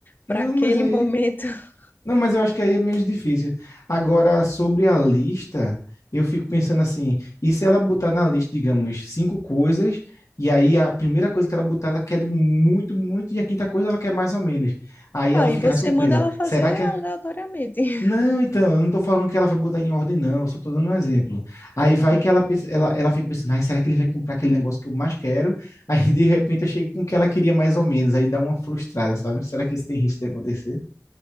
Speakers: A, on the left; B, on the left.
A: não,
B: para aquele
A: mas aí
B: momento. <laughs>
A: Não, mas eu acho que aí é menos difícil. Agora, sobre a lista, eu fico pensando assim, e se ela botar na lista, digamos, cinco coisas, e aí a primeira coisa que ela botar, ela quer muito, muito, e a quinta coisa ela quer mais ou menos. Aí
B: Aí
A: ela fica
B: você
A: na surpresa.
B: manda ela fazer
A: Será que... é-
B: aleatoriamente. <laughs>
A: Não, então, eu não tô falando que ela vai botar em ordem, não, eu só tô dando um exemplo. Aí vai
B: Hum.
A: que ela, pensa- ela, ela fica pensando, ai, será que ele vai comprar aquele negócio que eu mais quero? <laughs> Aí, de repente, eu chego com o que ela queria mais ou menos, aí dá uma frustrada, sabe? Será que isso tem risco de acontecer?